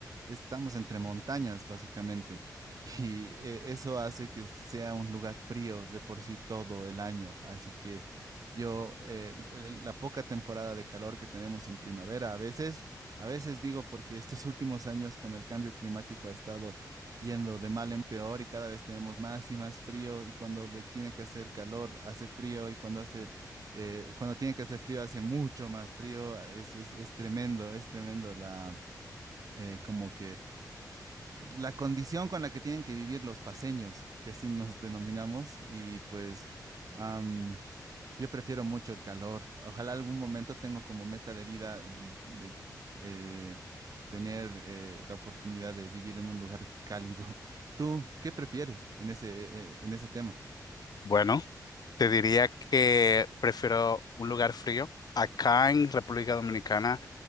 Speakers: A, on the right (about 55°); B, on the left (about 65°).
A: Estamos entre montañas, básicamente, <laughs> y eh, eso hace que sea un lugar frío de por sí todo el año. Así que yo, eh, l- l- la poca temporada de calor que tenemos en primavera, a veces a veces digo porque estos últimos años con el cambio climático ha estado yendo de mal en peor y cada vez tenemos más y más frío y cuando de- tiene que hacer calor hace frío y cuando hace eh, cuando tiene que hacer frío hace mucho más frío. Es, es- es tremendo, es tremendo la eh, como que la condición con la que tienen que vivir los paseños, que así nos denominamos, y pues am, yo prefiero mucho el calor. Ojalá algún momento tengo como meta de vida mm, de- eh, tener eh, la oportunidad de vivir en un lugar cálido. <laughs> ¿Tú qué prefieres en ese, eh, eh, en ese tema?
B: Bueno, te diría que prefiero un lugar frío. Acá en República Dominicana,